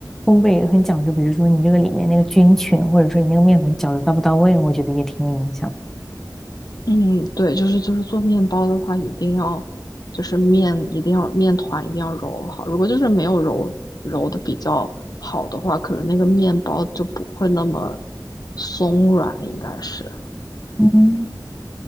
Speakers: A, in the centre; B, on the left.
A: 烘焙也很讲究，比如说你这个里面那个菌群，或者说你那个面粉搅的到不到位，我觉得也挺有影响。
B: 嗯，对，就是就是做面包的话，一定要就是面一定要面团一定要揉好。如果就是没有揉揉的比较好的话，可能那个面包就不会那么松软，应该是
A: 嗯。